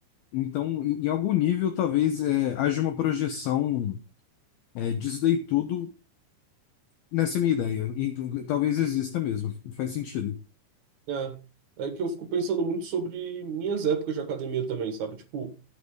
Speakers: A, on the left; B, on the right.
A: Então, em em algum nível, talvez é, haja uma projeção é, disso daí tudo nessa minha ideia. E t- talvez exista mesmo. Faz sentido.
B: É. É que eu fico pensando muito sobre minhas épocas de academia também, sabe? Tipo,